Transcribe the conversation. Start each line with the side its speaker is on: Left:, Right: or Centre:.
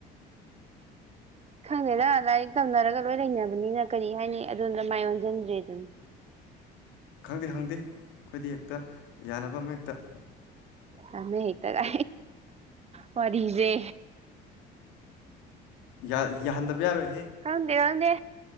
Right: ꯈꯪꯗꯦꯗ ꯂꯥꯏꯔꯤꯛ ꯇꯝꯅꯔꯒ ꯂꯣꯏ ꯂꯩꯅꯕꯅꯤꯅ ꯀꯔꯤ ꯍꯥꯏꯅꯤ ꯑꯗꯣꯗ ꯃꯥꯏ ꯑꯣꯟꯁꯤꯟꯗ꯭ꯔꯦ ꯑꯗꯨꯅ
Left: ꯈꯪꯗꯦ ꯈꯪꯗꯦ ꯑꯩꯈꯣꯏꯗ ꯍꯦꯛꯇ ꯌꯥꯅꯕ ꯑꯃ ꯍꯦꯛꯇ
Right: ꯀꯃꯦ ꯍ ꯇꯔ ꯃꯔꯤꯖꯦ
Left: ꯌꯥ ꯌꯥ ꯍꯟꯗ ꯄꯌꯥꯔ ꯑꯣꯏꯣꯏ
Right: ꯍꯗꯦ ꯋꯥꯗꯦ